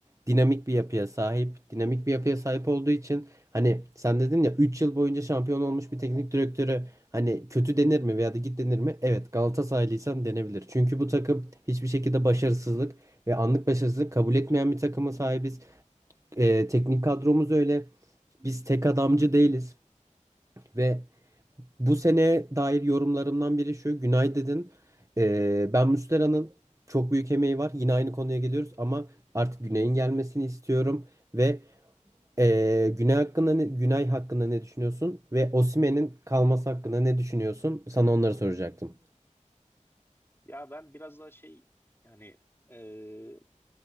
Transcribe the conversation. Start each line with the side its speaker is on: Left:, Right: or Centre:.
Right: dinamik bir yapıya sahip. Dinamik bir yapıya sahip olduğu için hani sen dedin ya 3 yıl boyunca şampiyon olmuş bir teknik direktörü Hani kötü denir mi veya da git denir mi? Evet Galatasaraylıysan denebilir. Çünkü bu takım hiçbir şekilde başarısızlık ve anlık başarısızlık kabul etmeyen bir takıma sahibiz. Ee, teknik kadromuz öyle. Biz tek adamcı değiliz. Ve bu seneye dair yorumlarımdan biri şu. Günay dedin. Ee, ben Muslera'nın çok büyük emeği var. Yine aynı konuya geliyoruz ama artık Günay'ın gelmesini istiyorum. Ve ee, Günay hakkında ne, Günay hakkında ne düşünüyorsun? Ve Osimhen'in kalması hakkında ne düşünüyorsun? Sana onları soracaktım.
Left: Ya ben biraz daha şey yani e,